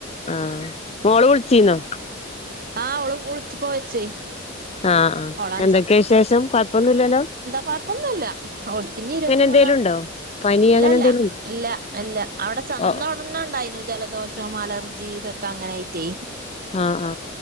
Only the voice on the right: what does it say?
ആഹ് അവള് ഇപ്പം വിളിച്ചിപ്പം വെച്ചേ
ഓള്
കുഴപ്പൊന്നുമില്ല ഓ ഇനി ഇരുപത്തിമൂന്നാ
ഇല്ലല്ല
ഇല്ല ഇല്ല അവിടെ ചന്തേ
ഉണ്ടായിരുന്നു ജലദോഷം, അലർജി ഇതൊക്കെ അങ്ങനെയിട്ടേ